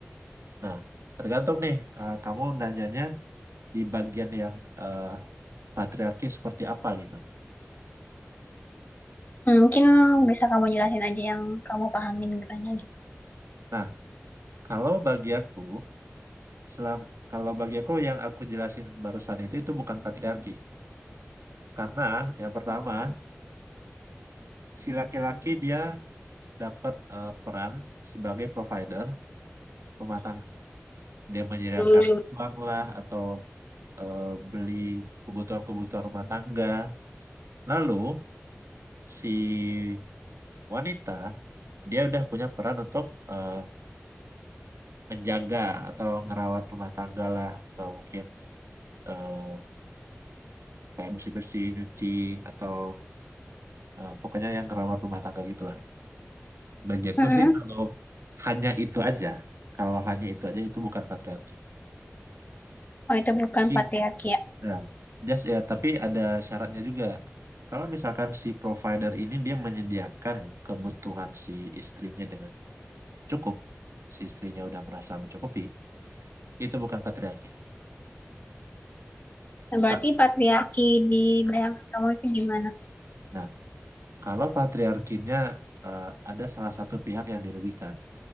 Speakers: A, on the right (about 75°); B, on the left (about 35°).
A: Nah, tergantung nih eh, kamu nanyanya di bagian yang eh, patriarki seperti apa gitu.
B: Hmm, Mungkin bisa kamu jelasin aja yang kamu pahamin gimana gitu.
A: Nah, Kalau bagi aku, selam, kalau bagi aku yang aku jelasin barusan itu itu bukan patriarki. Karena yang pertama, si laki-laki dia dapat eh, peran sebagai provider rumah tangga. Dia menyediakan
B: Hmm,
A: uang lah atau eh, beli kebutuhan-kebutuhan rumah tangga. Lalu si wanita dia udah punya peran untuk eh, menjaga atau ngerawat rumah tangga lah atau mungkin eh, kayak bersih-bersih, nyuci atau Eh, pokoknya yang ngerawat rumah tangga gitulah. Bagi aku
B: Mm-mm.
A: sih kalau hanya itu aja, kalau hanya itu aja itu bukan patriarki.
B: Oh, itu bukan
A: Tapi,
B: patriarki ya.
A: ya, just ya, tapi ada syaratnya juga. Kalau misalkan si provider ini dia menyediakan kebutuhan si istrinya dengan cukup, si istrinya udah merasa mencukupi, itu bukan patriarki.
B: Nah, Berarti
A: Ta-
B: patriarki di bayangan kamu itu gimana?
A: Nah, kalau patriarkinya eh, ada salah satu pihak yang dirugikan,